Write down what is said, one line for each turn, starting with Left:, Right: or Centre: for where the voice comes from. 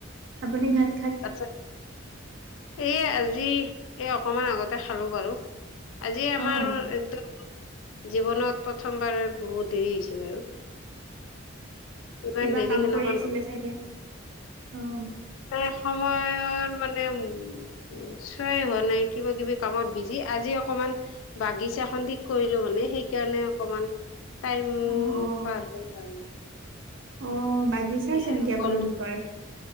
Right: আপুনি ঘ
Left: আচ্ছা এই আজি এই অকমান আগতে খালো বাৰু আজি
Right: অ',
Left: আমাৰ একদম। জীৱনত প্ৰথমবাৰ বহুত দেৰি হৈছে বাৰু ইমান
Right: কিবা
Left: দেৰি
Right: কাম
Left: সেনেকুৱা
Right: কৰি আছিলে চাগে অ'।
Left: এই সময়ৰ মানে উম'। উ চোৱাই হোৱা নাই কিবা কিবি কামত বিজি, আজি অকমান বাগিচা খন ঠিক কৰিলো মানে। সেইকাৰণে অকমান টাইম
Right: অ', অ'।
Left: পাৰ হ'ল বাৰু।
Right: অ' বাগিচা আছে
Left: আৰু
Right: নেকি আপোনালোকৰ,
Left: বন্ধ